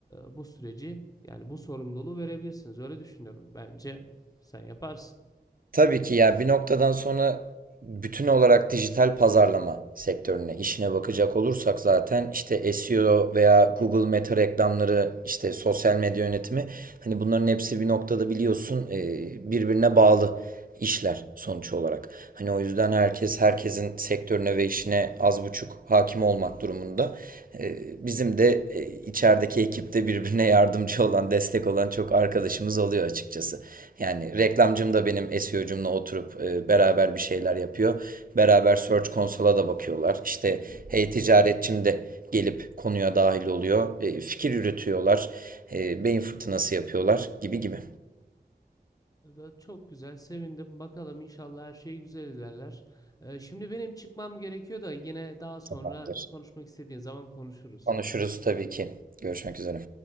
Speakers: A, on the left; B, on the right.
A: e, bu süreci yani bu sorumluluğu verebilirsiniz. Öyle düşünüyorum. Bence sen yaparsın.
B: Tabii ki yani bir noktadan sonra bütün olarak dijital pazarlama sektörüne işine bakacak olursak zaten işte SEO veya Google Meta reklamları işte sosyal medya yönetimi hani bunların hepsi bir noktada biliyorsun e, birbirine bağlı işler sonuç olarak. Hani o yüzden herkes herkesin sektörüne ve işine az buçuk hakim olmak durumunda. e, Bizim de e, içerideki ekipte birbirine yardımcı olan, destek olan çok arkadaşımız oluyor açıkçası. Yani reklamcım da benim SEO'cumla oturup e, beraber bir şeyler yapıyor. Beraber Search Console'a da bakıyorlar. İşte hey ticaretçim de gelip konuya dahil oluyor. E, fikir üretiyorlar. E, beyin fırtınası yapıyorlar gibi gibi.
A: Da çok güzel, sevindim. Bakalım inşallah her şey güzel ilerler. E, Şimdi benim çıkmam gerekiyor da yine daha sonra
B: Tamamdır.
A: konuşmak istediğin zaman konuşuruz.
B: Konuşuruz tabii ki. Görüşmek üzere.